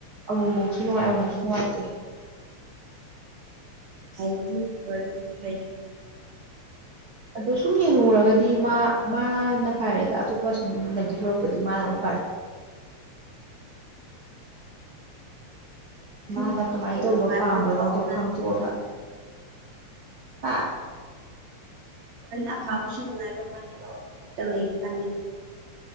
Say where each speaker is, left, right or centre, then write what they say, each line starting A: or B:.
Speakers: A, on the right (about 90°); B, on the right (about 65°).
A: ꯑꯃꯨꯛꯃꯨꯛꯁꯨ ꯅꯨꯡꯉꯥꯏ ꯑꯃꯨꯛꯁꯨ ꯅꯨꯡꯉꯥꯏꯇꯦ
B: ꯍꯥꯏꯥꯏ ꯐ ꯋꯥꯔꯤꯗꯤ ꯍꯥꯏ
A: ꯑꯗꯣ ꯁꯨꯝ ꯌꯦꯡꯉꯨꯔꯒꯗꯤ ꯃꯥ ꯃꯥꯅ ꯐꯔꯦꯗ ꯑꯇꯣꯞꯄ ꯁꯨꯝꯅꯗꯤ ꯁꯔꯛꯄꯗꯤ ꯃꯥꯅ ꯑꯃꯨꯛ ꯐꯔꯦ <inaudible> ꯃꯥꯅ
B: ꯐꯕꯁꯨ
A: ꯀꯃꯥꯏꯅ
B: ꯂꯩꯕ
A: ꯇꯧꯕ
B: ꯅꯨꯡꯉꯥꯏꯕ
A: ꯄꯥꯝꯕꯅꯣꯗꯣ
B: ꯃꯍꯥꯎ ꯑꯃꯅꯤ
A: ꯈꯪꯗꯣꯛꯑꯒ ꯑꯥ
B: ꯍꯣꯔꯅ ꯑꯐꯥꯕꯁꯨ ꯅꯨꯡꯉꯥꯏꯕ ꯃꯥꯜꯂꯕ ꯑꯩꯛꯇ ꯂꯩꯔꯤ ꯀꯥꯟꯗꯗꯤ